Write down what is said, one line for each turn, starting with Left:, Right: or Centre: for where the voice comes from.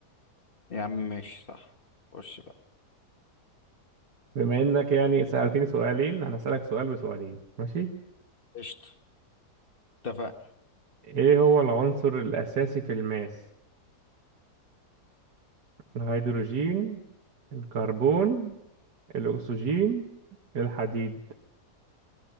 Left: يا عم ماشي صح خش بقى
Right: بما انك يعني سألتني سؤالين انا هسألك سؤال بسؤالين ماشي
Left: قشطة اتفقنا
Right: ايه هو العنصر الاساسي في الماس الهيدروجين الكربون الاكسجين الحديد